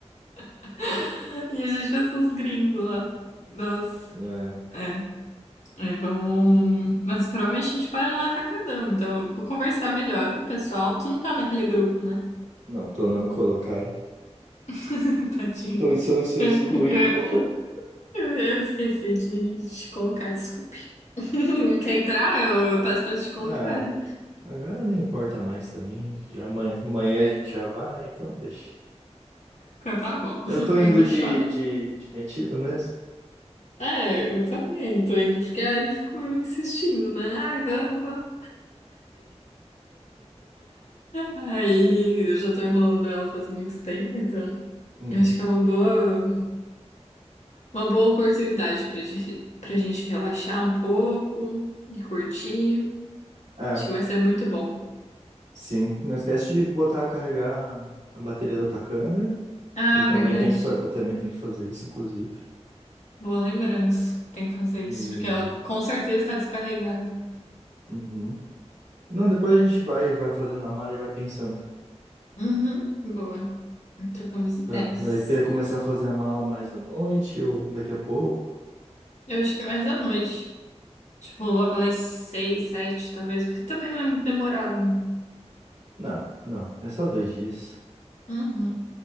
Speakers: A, on the left; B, on the right.
A: <laughs> E a gente vai ser os gringos lá. Nossa.
B: É,
A: É, é, vamos. Mas provavelmente a gente para no atacadão, então eu vou conversar melhor com o pessoal. Tu não tá naquele grupo, né?
B: não, tô, não me colocaram.
A: <laughs> Tadinho.
B: Tô, sou, sou
A: <laughs>
B: excluído.
A: Eu, eu esqueci de te colocar, desculpe. <laughs> Quer entrar? Eu, eu peço pra eles te colocarem.
B: Ah, agora nem importa mais também. Já amanhã, amanhã a gente já vai, então deixa.
A: Então tá bom,
B: Eu
A: <laughs>
B: tô indo
A: eu não
B: de,
A: choro.
B: de, de metido mesmo.
A: É, eu também tô indo, porque a Ari ficou insistindo, né? Ai, vamos, vamos. Aí eu já tô enrolando ela faz muito tempo, então
B: Uhum.
A: eu acho que é uma boa, uma boa oportunidade pra, gente- pra gente relaxar um pouco e curtir.
B: É,
A: Acho que vai ser muito bom.
B: sim. Não esquece de botar, carregar a bateria da tua câmera.
A: Ah,
B: Eu também
A: verdade.
B: tenho que, fa- eu também tenho que fazer isso, inclusive.
A: Boa lembrança. Tem que fazer isso,
B: E...
A: porque ela com certeza tá descarregada.
B: Uhum. Não, depois a gente vai, vai fazendo a mala e vai pensando.
A: Uhum, boa. Trocamos ideias.
B: Tá. Aí tu quer começar a fazer a mala mais à noite ou daqui a pouco?
A: Eu acho que mais à noite. Tipo, lá pelas seis, sete, talvez, porque também não é muito demorado, né?
B: Não, não. É só dois dias.
A: Uhum.